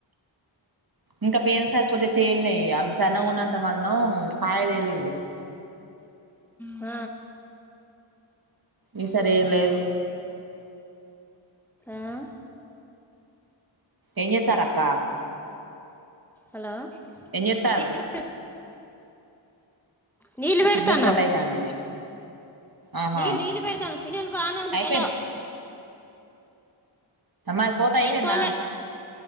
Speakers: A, on the right; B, in the centre.
A: ఇంకా పేరు సార్ కొద్దిగా తేలినయి సన్నగా, ఉన్నంత మందం కాయ తేలింది.
B: మ్మ
A: ఈ సారి ఎమ్ లేదు
B: ఆ.
A: ఎమ్ చేతారూ అక్క
B: హలో
A: ఏం చేతరు
B: నీళ్ళు నీలు పెడతానావ్
A: సిగ్నల్ కట్ అయితాంది ఇది ఆహా
B: నీళ్లు నీళ్లు పెడతానామ్, సిగ్నెల్ బానే ఉంది
A: అయిపోయింది
B: హలో.
A: మరి కోత అయిపోయిందా.
B: అయిపోలే